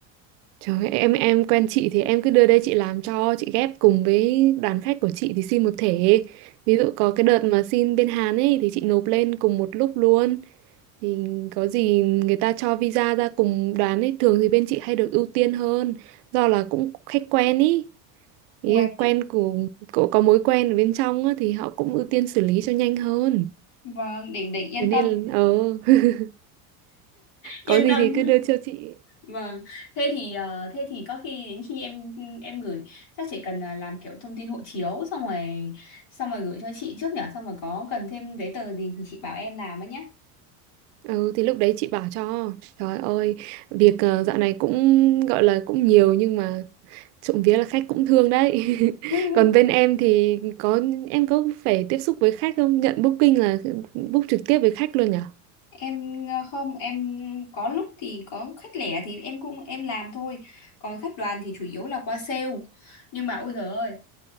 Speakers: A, on the right; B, on the left.
A: Trời ơi, em em quen chị thì em cứ đưa đây chị làm cho chị ghép cùng với đoàn khách của chị thì xin một thể. Ví dụ có cái đợt mà xin bên Hàn ấy thì chị nộp lên cùng một lúc luôn. Thì có gì người ta cho visa ra cùng đoàn ấy thường thì bên chị hay được ưu tiên hơn do là cũng khách quen ý. Ý
B: Uầy,
A: là quen của, của có mối quen ở bên trong á, thì họ cũng ưu tiên xử lý cho nhanh hơn.
B: vâng, đỉnh đỉnh yên
A: Thế nên
B: tâm.
A: là- ờ <laughs>
B: Yên
A: có gì
B: tâm.
A: thì cứ đưa cho chị
B: Vâng, thế thì ờ, thế thì có khi đến khi em em gửi chắc chị cần là làm kiểu thông tin hộ chiếu xong rồi xong rồi gửi cho chị trước nhở xong rồi có cần thêm giấy tờ gì thì chị bảo em làm ấy nhé.
A: Ừ thì lúc đấy chị bảo cho trời ơi việc ờ, dạo này cũng gọi là cũng nhiều nhưng mà trộm vía là khách cũng thương đấy <laughs>
B: <laughs>
A: còn bên em thì có em có phải tiếp xúc với khách không nhận booking là ừ, book trực tiếp với khách luôn nhở
B: em ờ, không em có lúc thì có khách lẻ thì em cũng em làm thôi còn khách đoàn thì chủ yếu là qua sale nhưng mà ôi giời ơi